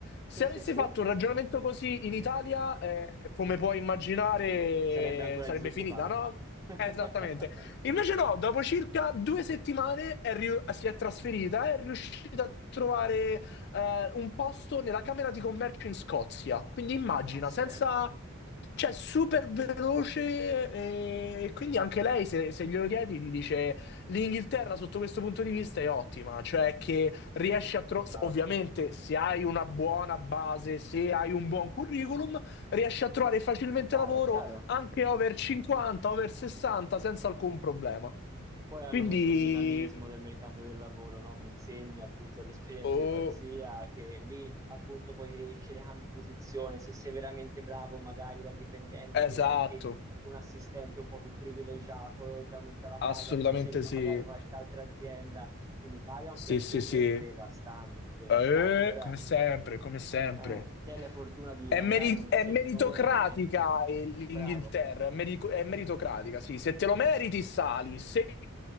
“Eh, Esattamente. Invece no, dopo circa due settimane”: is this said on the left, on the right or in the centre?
Left